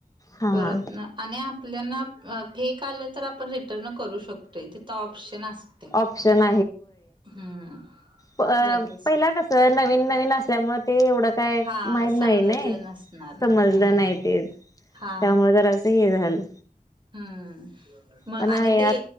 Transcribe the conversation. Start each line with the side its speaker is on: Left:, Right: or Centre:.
Left: हा
Right: परत न आणि आपल्याना, फेक आलं तर, आपण रिटर्न करू शक तय, तिथं ऑप्शन असतय,
Left: ऑप्शन
Right: हम्म
Left: अ,
Right: लगेच
Left: पहिला कसं, नवीन- नवीन असल्यामुळं, ते एवढं काय
Right: हा
Left: माहीत
Right: समजलं
Left: नाही, नाय
Right: नसणार ना
Left: समजलं
Right: हम्म
Left: नाही ते
Right: हा
Left: त्यामुळं, जरासं हे झालं
Right: हा, म,
Left: पण
Right: आणि
Left: आहे
Right: ते